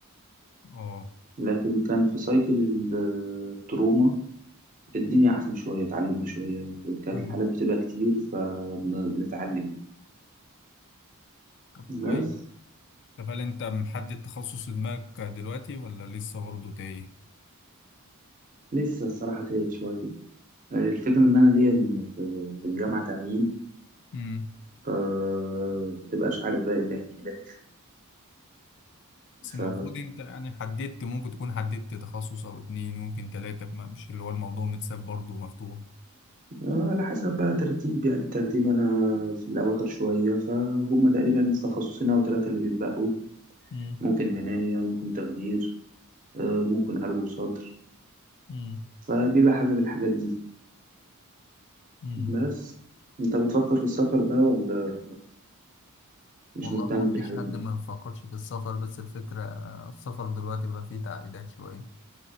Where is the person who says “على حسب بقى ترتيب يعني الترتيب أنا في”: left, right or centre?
Right